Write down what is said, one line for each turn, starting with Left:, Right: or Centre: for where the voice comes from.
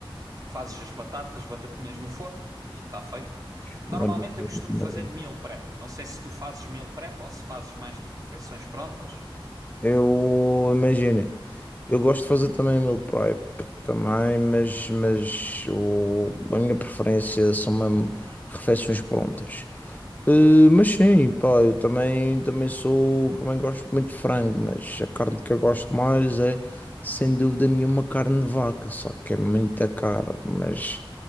Right: Fazes as batatas, batatinhas no forno e está feito.
Left: Maravilha,
Right: Normalmente eu costumo fazer
Left: maravilha.
Right: meal prep. Não sei se tu fazes meal prep ou se fazes mais tipo refeições prontas.
Left: Eu imagino, eu gosto de fazer também meal prep também, mas, mas o, a minha preferência são mesmo refeições prontas. Eh, mas sim, pá, eu também, também sou, também gosto muito de frango, mas a carne que eu gosto mais é, sem dúvida nenhuma, carne de vaca, só que é muita cara, mas